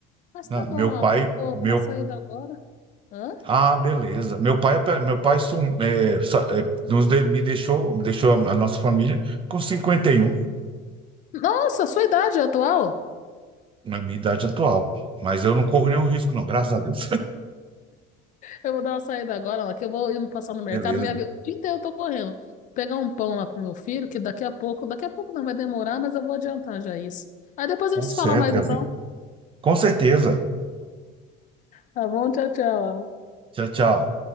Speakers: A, on the left; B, on the right.
A: Mas
B: né?
A: tá bom,
B: Meu
A: Alan,
B: pai,
A: eu vou
B: meu
A: dar uma saída agora. Hã?
B: Ah, beleza. Meu pai, meu pai sum, é, sa- é, nos de- me deixou, deixou a, a nossa família com 51
A: Nossa, sua idade é atual?
B: na minha idade atual. Mas eu não corro nenhum risco, não, graças a Deus.
A: Eu vou dar uma saída agora, Alan, que eu vou indo passar no mercado,
B: <laughs> Beleza.
A: minha vida, o dia inteiro eu tô correndo. Pegar um pão lá pro meu filho, que daqui a pouco, daqui a pouco não vai demorar, mas eu vou adiantar já isso. Aí depois a
B: Tá
A: gente se
B: certo,
A: fala mais
B: Gabi.
A: então,
B: Com certeza.
A: tá bom? Tchau, tchau, Alan.
B: Tchau, tchau.